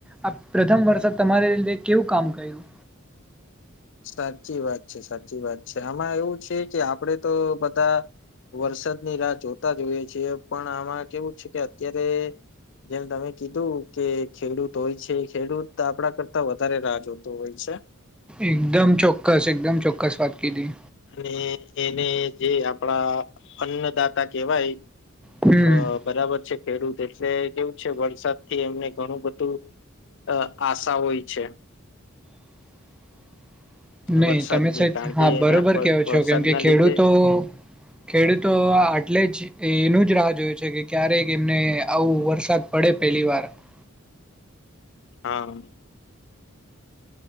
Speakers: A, in the centre; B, on the left.
A: આ પ્રથમ વર્ષે તમારી લીધે કેવું કામ કર્યું?
B: સાચી વાત છે સાચી વાત છે આમાં એવું છે કે આપડે તો બધા વરસાદની રાહ જોતા જ હોઈએ છિએ પણ આમાં કેવું છે કે અત્યારે જેમ તમે કીધું કે ખેડૂત હોય છે ખેડૂત આપણા કરતા વધારે રાહ જોતો હોય છે.
A: એકદમ ચોક્કસ એકદમ ચોક્કસ વાત કીધી.
B: અને એને જે આપણા અન્નદાતા કેવાય.
A: હમ
B: અ બરાબર છે ખેડૂત એટલે કેવું છે વરસાદ થી એમને ઘણું બધું અ આશા હોય છે.
A: <inaudible> નહી
B: વરસાદની
A: તમે
B: કારણ
A: હા
B: કે એના
A: બરોબર કેવો
B: વરસાદના
A: છો કેમ કે ખેડૂતો
B: લીધે
A: ખેડૂતો આ આટલેજ. એ એનું જ રાહ જોય છે કે ક્યારેક એમને આવું વરસાદ પડે પેલીવાર. <unintelligible> <inaudible>
B: આ <unintelligible>